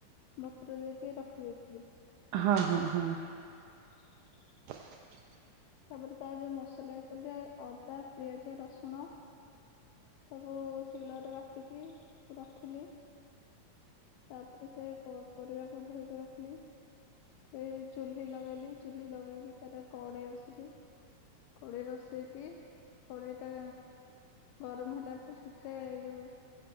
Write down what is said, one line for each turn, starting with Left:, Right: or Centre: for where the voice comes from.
Left: ବତୁରେଇ ଦେଇ କିଏ ରଖିଦେଇଥିଲି।
Right: ହଁ ହଁ ହଁ।
Left: <unintelligible>
Right: <unintelligible>
Left: ତାପରେ ତାର ଯୋଉ ମସଲା ଇଏ କଲି ଆ ଅଦା ପିଆଜ ରସୁଣ ତାକୁ ଶୀଳରେ ରେ ବାଟିକି ରଖିଲି। ତାପରେ ସେ ପ ପରିବାକୁ ଧୋଇକି ରଖିଲି। ଏ ଚୁଲି ଲଗେଇଲି ଚୁଲି ଲଗେଇକି ତାର କଡେଇ ବସିଲି। କଡ଼େଇ ବସେଇକି କଡ଼େଇଟା ଗରମ ହେଲାଠୁ ସେଥିରେ ଯୋଉ